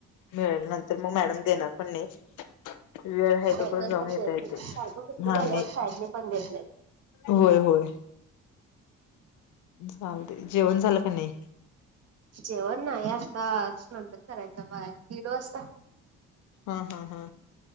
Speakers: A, on the left; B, on the right.
A: मिळेल,, नंतर मग मॅडम देणार पण नाहित. वेळ हाय
B: होय
A: तो पर्यंत
B: नंतर
A: जाऊन येता
B: देत
A: येतय,,,
B: नाही सारखं सुट्टी
A: हं,,
B: गेल्यावर
A: नाही.
B: साईडने पण देत नाही
A: होय, होय, चालतय,, जेवण झालं का नाही?
B: जेवण नाही,, आताच,, नंतर करायच बागाय,, दिड वाजताऽ
A: हा, हा, हा